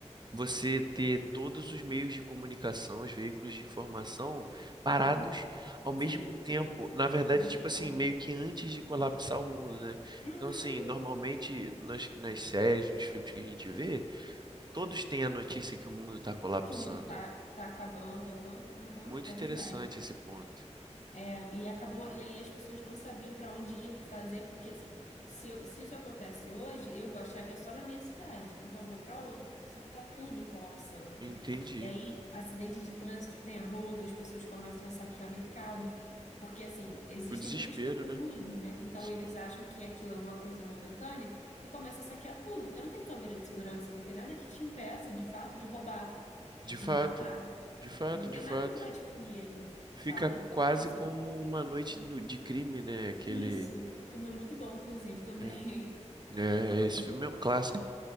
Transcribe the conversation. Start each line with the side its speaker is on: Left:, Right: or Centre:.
Right: você ter todos os meios de comunicação, os veículos de informação parados ao mesmo
Left: Sim,
Right: tempo. Na verdade,
Left: ao mesmo
Right: tipo assim,
Left: tempo.
Right: meio que antes de colapsar o mundo, né?
Left: Uhum.
Right: Então, assim, normalmente nas, nas séries, nos filmes que a gente vê, todos têm a notícia que o mundo está colapsando.
Left: Que o mundo tá, tá acabando, aham, aham,
Right: Muito
Left: é
Right: interessante
Left: verdade.
Right: esse ponto.
Left: É, e acabou, e aí as pessoas não sabiam pra onde ir, o que fazer, porque assim, se, eu- se isso acontece hoje, eu vou achar que é só na minha cidade, então eu vou pra outra. Só que tá tudo colapsando.
Right: Entendi.
Left: E aí, acidentes de trânsito tem a rodo, as pessoas começam a saquear mercado, porque assim, existem
Right: O desespero,
Left: muitas pessoas
Right: né?
Left: ruins, né? Então
Right: Sim.
Left: eles acham que aquilo é uma coisa momentânea e começam a saquear tudo, porque não tem câmera de segurança, não tem nada que te impeça de fato de roubar,
Right: De
Left: de
Right: fato,
Left: matar.
Right: de fato,
Left: Não
Right: de
Left: tem
Right: fato.
Left: nada que vai te punir ali,
Right: Fica
Left: sabe?
Right: quase
Left: Então, assim,
Right: como uma noite no- de crime, né? Aquele.
Left: isso. O filme é muito bom, inclusive, também.
Right: É, é, esse filme é um clássico.